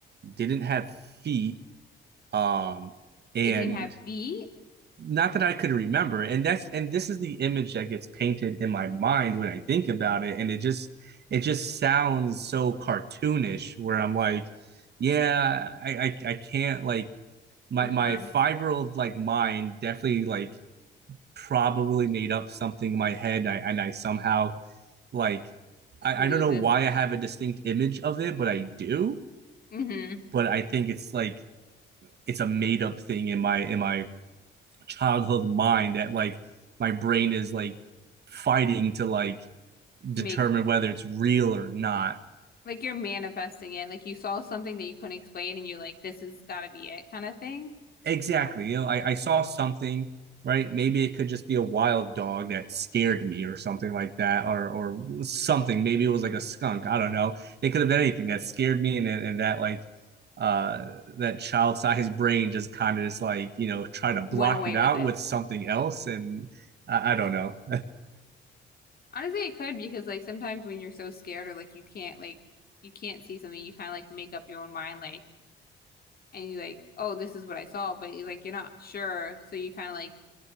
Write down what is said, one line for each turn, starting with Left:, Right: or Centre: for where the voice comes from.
Right: didn't have feet um and
Left: It didn't have feet.
Right: not that I could remember and that's and this is the image that gets painted in my mind when I think about it and it just it just sounds so cartoonish where I'm like yeah I I, I can't like my
Left: confirm,
Right: my five year old like mind definitely like probably made up something in my head I, and I somehow like I,
Left: believe
Right: I don't know
Left: this.
Right: why I have a distinct image of it, but I do.
Left: hmm
Right: But I think it's like it's a made up thing in my in my childhood mind that like my brain is like fighting to like determine
Left: Make
Right: whether it's real or not.
Left: like you're manifesting it. Like you saw something that you couldn't explain and you're like, this has got to be it kind of thing.
Right: exactly. You know, I, I saw something, right? Maybe it could just be a wild dog that scared me or something like that, or or something. Maybe it was like a skunk. I don't know. It could have been anything that scared me and then- and that like uh that child sized <laughs> brain just kind of just like, you know, try to block
Left: Went away
Right: it
Left: with
Right: out
Left: it.
Right: with something else. And I, I don't know.
Left: Honestly, it could because like sometimes when you're so scared or like you can't like you can't see something, you kind of like make up your own mind like and you like, oh, this is what I saw, but you like you're not sure, so you kind of like